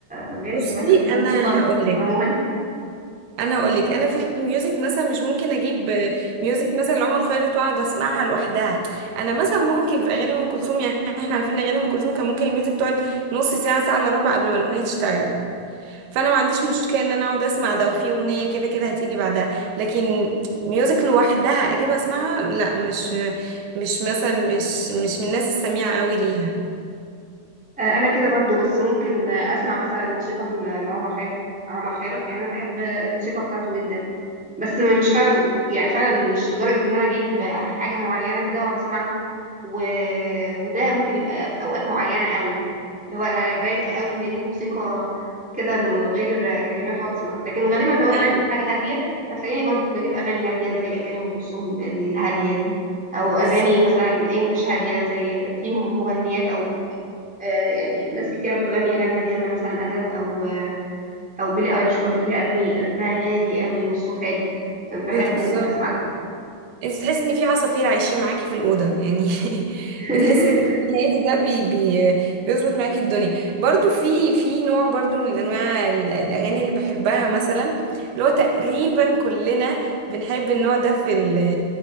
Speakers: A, in the centre; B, on the right.
A: من غير
B: بصي
A: كلمات أو كده
B: انا
A: موسيقى عموما
B: هقولك
A: عموما
B: انا اقول لك انا في الميوزك مثلا مش ممكن اجيب آه، ميوزك مثلا لعمر خيرت واقعد اسمعها لوحدها انا مثلا ممكن في اغاني ام كلثوم يعني احنا عارفين اغاني ام كلثوم كان ممكن الميوزك تقعد نص ساعه ساعه الا ربع قبل ما الاغنيه تشتغل فانا ما عنديش مشكله ان انا اقعد اسمع ده وفي اغنيه كده كده هتيجي بعدها لكن ميوزك لوحدها اجيب اسمعها لا مش مش مثلا مش مش من الناس السميعه قوي ليها
A: آه، انا كده برضو بس ممكن آه، اسمع مثلا موسيقى ل- لعمر خيرت عمر خيرت يعني انا بحب الموسيقى بتاعته جدا بس م- مش فعلا يعني فعلا مش لدرجة ان انا اجيب آه، حاجة معينة كده واقعد اسمعها و... وده ممكن يبقى في اوقات معينة قوي لو انا رايقة قوي اني اجيب موسيقى كده من غير كلمات واقعد اسمعها لكن غالبا لو انا
B: ايوه
A: عايزة حاجة هادية هتلاقيني برضو بجيب اغاني هادية زي اغاني ام كلثوم الهادية دي او
B: بالظبط
A: اغاني مثلا انجلش هاديه زي في مغنيات او آه، يعني ناس كتيرة بتغني أغاني هادية زي مثلا أديل أو آه، أو بيلي أيليش برضو ليها أغاني رتمها هادي قوي والصوت هادي بحب
B: بالظبط
A: ممكن أسمع ده
B: انت تحسي ان في عصافير عايشين معاكي في الاوضه يعني <laughs>
A: <laughs>
B: بتحسي ان الجو الهادي ده بي بي بيظبط معاكي الدنيا برضو في في نوع برضو من انواع ال- الاغاني اللي بحبها مثلا اللي هو تقريبا كلنا بنحب النوع ده في ال